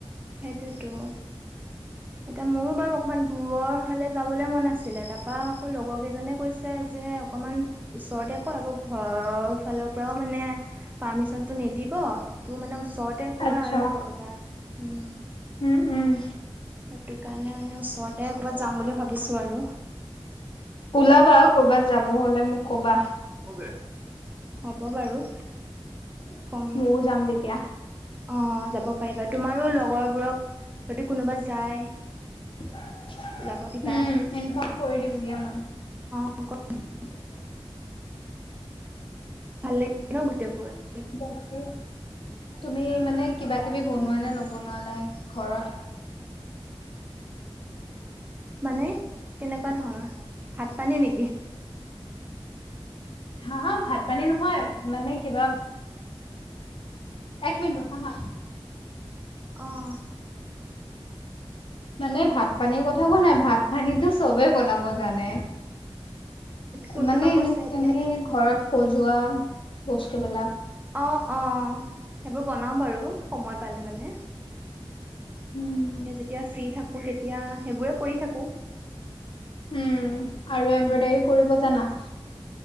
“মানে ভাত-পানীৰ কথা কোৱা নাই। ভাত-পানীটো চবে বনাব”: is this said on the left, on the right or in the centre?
Left